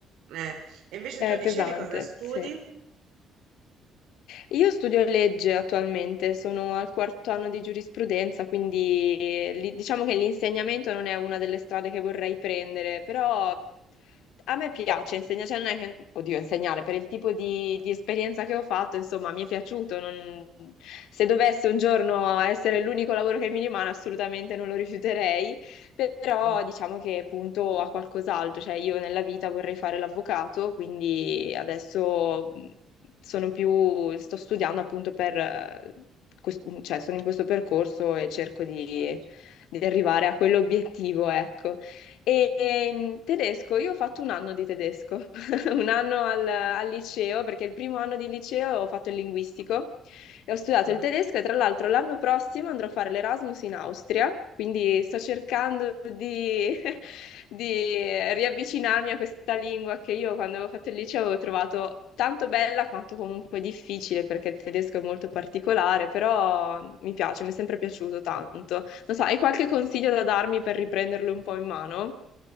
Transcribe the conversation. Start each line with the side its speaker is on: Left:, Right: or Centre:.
Right: eh. E invece
Left: È
Right: tu dicevi
Left: pesante,
Right: cosa studi?
Left: sì. Io studio legge attualmente, sono al quarto anno di giurisprudenza, quindi eh, li- diciamo che l'insegnamento non è una delle strade che vorrei prendere, però a me piace insegnare, cioè non è che, oddio, insegnare per il tipo di, di esperienza che ho fatto, insomma, mi è piaciuto. non- Se dovesse un giorno essere l'unico lavoro che mi rimane, assolutamente non lo rifiuterei però
Right: Mm.
Left: diciamo che punto a qualcos'altro, cioè io nella vita vorrei fare l'avvocato, quindi
Right: Mh,
Left: adesso mh, sono più,
Right: mh,
Left: sto studiando appunto per, eh, quest- cioè sono in questo percorso e cerco di,
Right: certo.
Left: di arrivare a quell'obiettivo, ecco. E, e, mh, tedesco, io ho fatto un anno di tedesco, <laughs>
Right: Mh.
Left: un anno al, al liceo, perché il primo anno di liceo ho fatto il linguistico. E ho studiato
Right: Mh-mh.
Left: il tedesco e tra l'altro l'anno prossimo andrò a fare l'Erasmus in Austria, quindi sto cercando di, <laughs> di riavvicinarmi a questa lingua che io quando avevo fatto il liceo avevo trovato tanto bella quanto comunque difficile perché il tedesco è molto particolare, però mi piace, mi è sempre piaciuto tanto. Non so, hai qualche
Right: Mh.
Left: consiglio da darmi per riprenderlo un po' in mano?